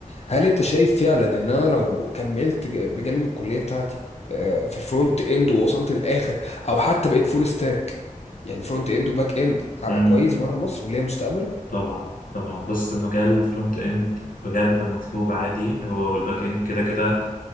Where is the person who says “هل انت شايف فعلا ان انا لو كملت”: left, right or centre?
Left